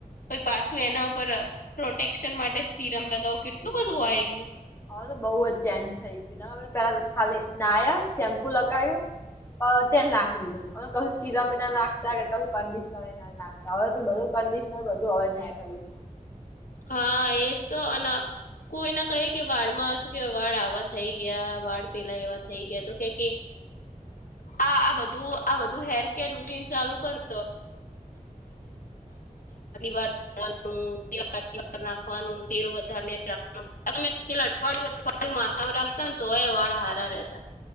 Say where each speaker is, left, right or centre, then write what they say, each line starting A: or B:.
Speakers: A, on the left; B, on the left.
A: પી પાછું એના ઉપર પ્રોટેક્શન માટે સીરમ લગાવો કેટલું બધું આ ગયું
B: હ બઉુ જ ચેન્જ થઈ ગયું પેલા ખાલી ના્યા શેમ્પુ લગાવ્યું તેલ નાખી દીધું અ કશું શીરા બી ના નાખતા કું કંિશનર ના નાર બધું કન્ડિશનર બધું હવે ન્યાં કરી
A: હા એજ તો અને કોઈના કહે કે વાળમાં શું કેવા વાળ આવા થઈ ગયા વાળ પેલા એવા થઈ ગયા તો કે કે આ આ બધું આ બધું હેર કેર રૂટીન ચાલુ કરતો વા નાખવાનું તેલ વધારેખવા તેલ અઠવાડયું અવાડિયું માથામાં રાખ તોય વાળ હારા રહેતા